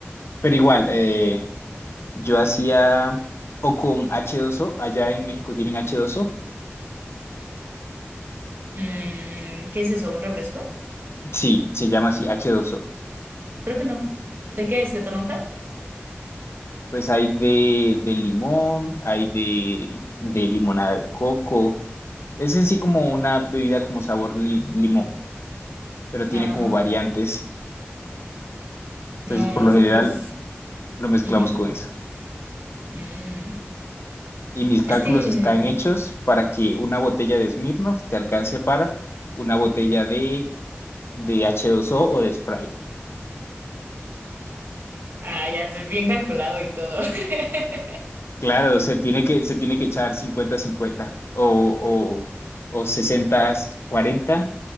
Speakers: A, on the left; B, on the right.
A: Pero igual, eh, yo hacía o con h dos o allá en México tienen h dos o
B: Mm, ¿qué es eso? ¿Un refresco?
A: Sí, se llama así, h dos o
B: Creo que no. ¿De qué es? ¿De toronja?
A: Pues hay de, de limón, hay de, de limonada de coco. Es en sí como una bebida como sabor li- limón, pero tiene
B: Ah,
A: como variantes.
B: no,
A: Entonces, por
B: nosotros.
A: lo general, lo mezclamos
B: ujú.
A: con eso.
B: Mm,
A: Y mis cálculos
B: Es que.
A: están hechos para que una botella de Smirnoff te alcance para una botella de, de H2O o o de Sprite.
B: Ah, ya, es bien calculado y todo. <laughs>
A: Claro, se tiene que, se tiene que echar cincuenta-cincuenta o, o, o sesenta cuarenta